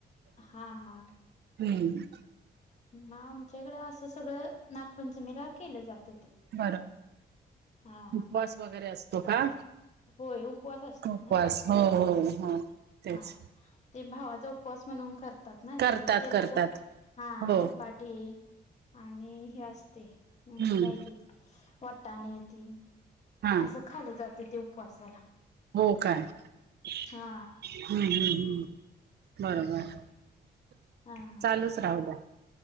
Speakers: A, on the left; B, on the right.
A: हां हां
B: हम्मं
A: मगं आमच्या इकडं असं सगळं नागपंचमीला केलं जातं ते
B: बर
A: हा हा
B: उपवास वगैरे असतो का?
A: होय उपवास असतोय
B: उपवास
A: ना
B: हो हो हो तेच
A: हा. ते भावाचा उपवास म्हणून करतात ना
B: करतात
A: ते मग त्याला
B: करतात
A: हा
B: हो
A: धपाट टे आणि हे असते अ
B: हम्म
A: काय ते वटाणी ती
B: हा
A: असं खालं जाते ते उपवासाला.
B: हो काय. हम्म
A: हा
B: हम्म हम्म बरोबर.
A: हा हा
B: चालूच राहू द्या!